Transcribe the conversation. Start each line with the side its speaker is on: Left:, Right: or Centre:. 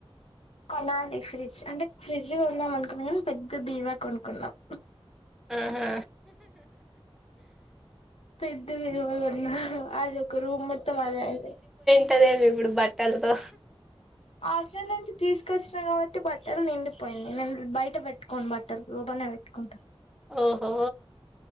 Left: కొనాలి ఫ్రిడ్జ్ అంటే ఫ్రిడ్జ్ కొందాం అనుకున్నా కానీ పెద్ద బీరువా కొనుకున్నాం
Centre: ఆహా
Left: పెద్ద విరువ ఉన్న అది ఒక రూమ్ మొత్తం అదె అయింది
Centre: ఉంటదేమి ఇప్పుడు బట్టలతో
Left: హాస్టల్ నుంచి తీసుకొచ్చినా కాబట్టి బట్టలు నిండిపోయింది నేను బయట పెట్టుకోను బట్టలు పెట్టుకుంటా
Centre: ఓహో!